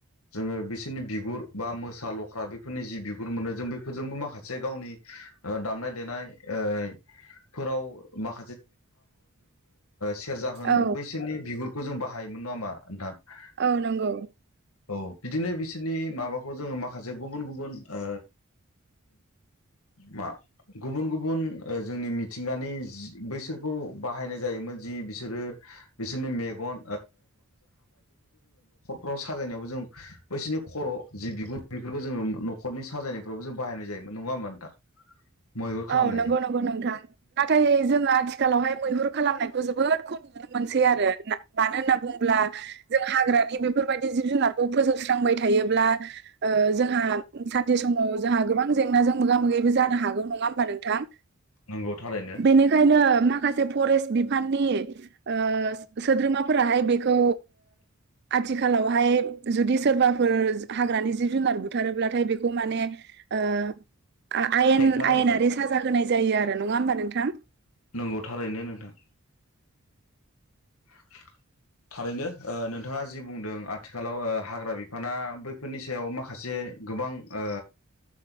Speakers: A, on the left; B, on the right.
A: जोंङो बिसोरनि बिगुर बा मोसा लख्रा बेफोरनि जि बिगुर मोनो जों बैफोरजोंबो माखासे गावनि ओ‌ दामनाय देनाय ओइ ओ सेरजा होन
B: औ
A: बैसोरनि बिगुरखौ जों बाहायोमोन नंङा होनबा नोंथां
B: औ नोंगौ
A: औ बिदिनो बिसोरनि माबाखौ जोंङो माखासे गुबुन-गुबुन ओ मा गुबुन-गुबुन ओ जोंनि मिथिंगानि बैसोरखौ बाहायनाय जि बिसोरो बिसोरनि मेगन ओ <unintelligible> साजायनायावबो जों बैसोरनि खर जि बिगुर बेफोरखौ जोंङो नखरनि साजायनायफ्रावबो जों बाहायनाय जायो नंङा होनबा नोंथां मैहुर खालामनायजों
B: औ नोंगौ नोंगौ नोंथां नाथाय जोंङो आथिखालावहाय मैहुर खालामनायखौ जोबोद खम नुनो मोनसै आरो मानो होनना बुंङोब्ला जों हाग्रानि बेफोरबायदि जिब जुनारखौ फोस्रांबाय थायोब्ला ओ जोंहा सानसे समाव जाहा गोबां जेंनाजों मोगा मोगिबो जानो हागौ नंङा होनबा नोंथां
A: नोंगौ थारैनो
B: बेनिखायनो माखासे फरेस्ट बिफाननि ओ‌ सोद्रोमाफोराहाय बेखौ आथिखालावहाय जुदि सोरबाफोर हाग्रानि जिब जुनार बुथारोब्लाथाय बेखौ माने ओ आ आयेन
A: हेंथा
B: आयेनारि
A: होबाय
B: साजा होनाय जायो आरो नंङा होनबा नोंथां
A: नंगौ थारैनो नोंथां <unintelligible> थारैनो ओ नोंथांङा जि बुंदों आथिखालाव ओ‌ हाग्रा बिफाना बैफोरनि सायाव माखासे गोबां ओ